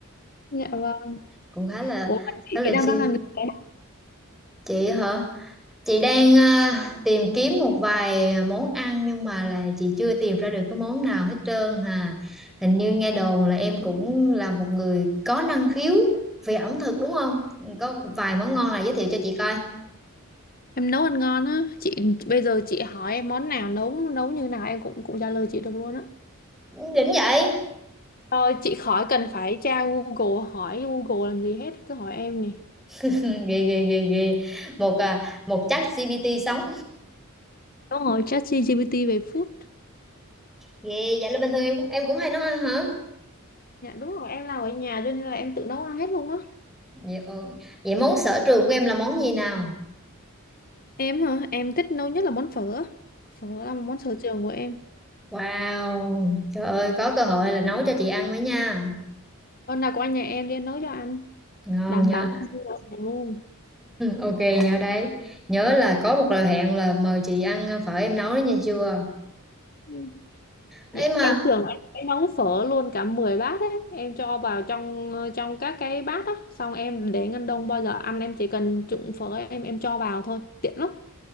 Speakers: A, on the left; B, in the centre.
A: Dạ vâng.
B: cũng khá là
A: Ủa mà chị
B: khá là
A: thì đang
B: chill.
A: đang làm gì nào?
B: Chị hả? Chị đang ờ, tìm kiếm một vài món ăn nhưng mà là chị chưa tìm ra được cái món nào hết trơn hà. Hình như nghe đồn là em cũng là một người có năng khiếu về ẩm thực đúng không? Có vài món ngon nào giới thiệu cho chị coi.
A: Em nấu ăn ngon á. Chị bây giờ chị hỏi em món nào nấu nấu như nào em cũng cũng trả lời chị được luôn á.
B: Đỉnh vậy.
A: Thôi chị khỏi cần phải tra Google hỏi Google làm gì hết cứ hỏi em nè
B: <laughs> ghê ghê ghê ghê. Một à, một chắc GPT sống.
A: Đúng rồi ChatGPT về food
B: Ghê vậy là bình thường em cũng, em cũng hay nấu ăn hả?
A: Dạ đúng rồi em làm ở nhà cho nên là em tự nấu ăn hết luôn á
B: Vậy, ờ, vậy món sở trường của em là món gì nào?
A: Em hả em thích nấu nhất là món phở á. Phở là một món sở trường của em
B: Wow, trời ơi có cơ hội là nấu cho chị ăn mới nha.
A: Hôm nào qua nhà em đi em nấu cho anh
B: Ngon
A: Đảm
B: nha.
A: bảo không mua đồng hàng luôn
B: Ok nhớ đấy Nhớ là có một lời hẹn là mời chị ăn à, phở em nấu đấy nha chưa
A: Ừ.
B: ấy
A: Dạ
B: mà
A: em tưởng là em sẽ nấu phở luôn cả 10 bát ấy Em cho vào trong trong các cái bát á Xong em để ngăn đông bao giờ ăn em chỉ cần trụng phở em em cho vào thôi Tiện lắm